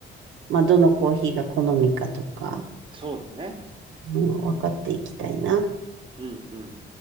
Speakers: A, on the right (about 75°); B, on the right (about 25°).
A: まあどのコーヒーが好みかとか、
B: そうだね。
A: うん、分かっていきたいな。
B: うん、うん。